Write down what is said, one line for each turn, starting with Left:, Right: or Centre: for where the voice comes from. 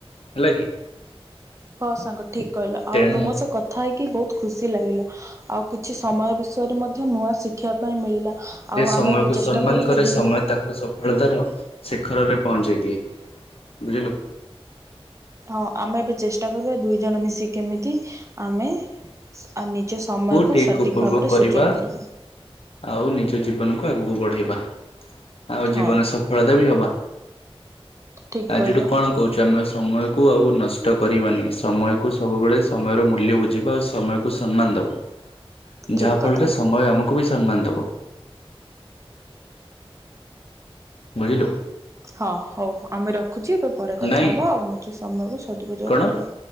Left: ହେଲା କି?
Right: ହଁ ସାଙ୍ଗ ଠିକ୍‌ କହିଲ ଆଉ
Left: ତେଣୁ
Right: ତମର ସେ କ କଥା ହେଇକି ବହୁତ ଖୁସି ଲାଗିଲା ଆଉ କିଛି ସମୟ ବିଷୟରେ ମଧ୍ୟ ନୂଆ ଶିଖିବା ପାଇଁ ମିଳିଲା।
Left: ଯେ
Right: ଆଉ
Left: ସମୟକୁ
Right: ଆମେ ଏବେ ଚେଷ୍ଟା
Left: ସମ୍ମାନ
Right: କରିବା
Left: କରେ
Right: ଦୁଇ
Left: ସମୟ
Right: ଜଣ
Left: ତାକୁ ସଫଳତାର ଶିଖରରେ ପହଞ୍ଚେଇ ଦିଏ ବୁଝିଲୁ।
Right: ହଁ ଆମେ ଏବେ ଚେଷ୍ଟା କରିବା ଦୁଇ ଜଣ ମିଶିକି କେମିତି ଆମେ ନିଜ ସମୟକୁ
Left: ଠିକ
Right: ସଠିକ୍
Left: ଉପଭୋଗ
Right: ଭାବରେ
Left: କରିବା
Right: ସୁଯୋଗ କରିପାରେ।
Left: ଆଉ ନିଜ ଜୀବନକୁ ଆଗକୁ ବଢେଇବା। ଆଉ ଜୀବନ
Right: ହଁ
Left: ସଫଳତା ବି ହବା
Right: ଠିକ୍
Left: ଆଜିଠୁ
Right: କହିଲ
Left: କଣ କହୁଛୁ ଆମେ ସମୟକୁ ଆଉ ନଷ୍ଟ କରିବାନି ସମୟକୁ ସବୁବେଳେ ସମୟର ମୂଲ୍ୟ ବୁଝିବା। ସମୟକୁ ସମ୍ମାନ ଦେବ
Right: ଠିକ୍
Left: ଯାହାଫଳରେ
Right: କଥା
Left: ସମୟ ଆମକୁ ବି ସମ୍ମାନ ଦେବ। ବୁଝିଲୁ
Right: ହଁ ହଉ ଆମେ ରଖୁଛି ଏବେ ପରେ କଥା
Left: ନାଇଁ
Right: ହବ ଆଉ ନିଜ ସମୟକୁ ସଦୁପଯୋଗ
Left: କଣ?
Right: କରିବେ।